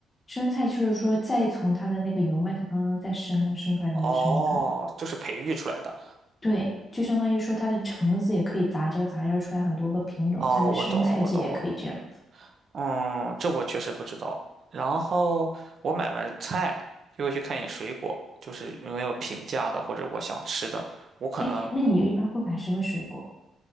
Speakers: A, on the left; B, on the right.
A: 生菜就是说再从它的那个油麦菜当中再生啊，生出来的那生菜。
B: 哦，就是培育出来的。
A: 对，就相当于说它的橙子也可以杂交，杂交出来很多个品种，
B: 哦，
A: 它的生菜界也可以这样子。
B: 我懂了，我懂了。嗯，这我确实不知道。然后我买完菜就会去看一眼水果，就是有没有平价的或者我想吃的。我可能
A: 哎，那你一般会买什么水果？